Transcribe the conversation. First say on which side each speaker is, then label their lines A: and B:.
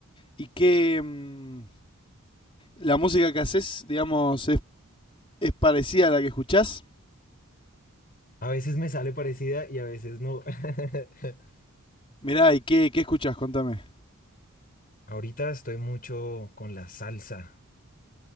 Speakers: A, on the left (about 25°); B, on the left (about 40°).
A: ¿Y qué. mm, la música que haces, digamos, es, es parecida a la que escuchás?
B: A veces me sale parecida y a veces no. <laughs>
A: Mirá, ¿y qué, qué escuchás? Contame.
B: Ahorita estoy mucho con la salsa,